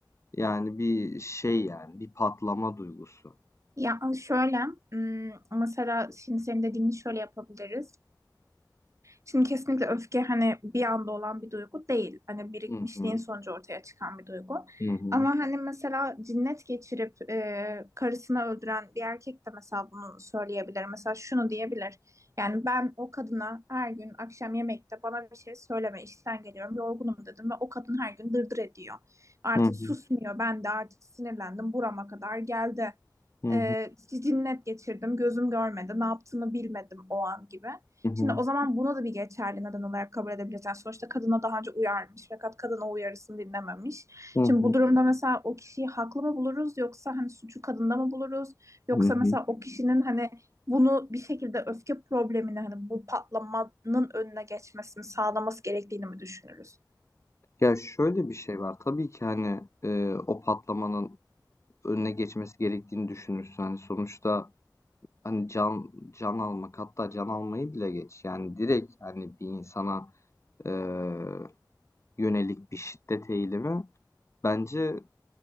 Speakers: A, on the left; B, on the right.
A: yani bir şey yani bir patlama duygusu.
B: ya şöyle hmm, mesela şimdi senin dediğini şöyle yapabiliriz. Şimdi kesinlikle öfke hani bir anda olan bir duygu değil. Hani birikmişliğin
A: Hı hı.
B: sonucu ortaya çıkan bir duygu.
A: Hı hı.
B: Ama hani mesela cinnet geçirip e, karısını öldüren bir erkek de mesela bunu söyleyebilir. Mesela şunu diyebilir. Yani ben o kadına her gün akşam yemekte bana bir şey söyleme işten geliyorum yorgunum dedim ve o kadın her gün dırdır ediyor. Artık
A: Hı hı.
B: susmuyor ben de artık sinirlendim burama kadar geldi.
A: Hı hı.
B: E, cinnet geçirdim gözüm görmedi ne yaptığımı bilmedim o an gibi.
A: Hı hı.
B: Şimdi o zaman buna da bir geçerli neden olarak kabul edebileceğiz. Sonuçta kadına daha önce uyarmış fakat kadın o uyarısını dinlememiş.
A: Hı hı.
B: Şimdi bu durumda mesela o kişiyi haklı mı buluruz yoksa hani suçu kadında mı buluruz? Yoksa
A: Hı
B: mesela
A: hı.
B: o kişinin hani bunu bir şekilde öfke problemini hani bu patlamanın önüne geçmesini sağlaması gerektiğini mi düşünürüz?
A: Ya, şöyle bir şey var. Tabii ki, hani, eee, o patlamanın önüne geçmesi gerektiğini düşünürsün. Hani, sonuçta, hani, can can almak hatta can almayı bile geç, yani, direkt, hani, bir insana, eee, yönelik bir şiddet eğilimi bence,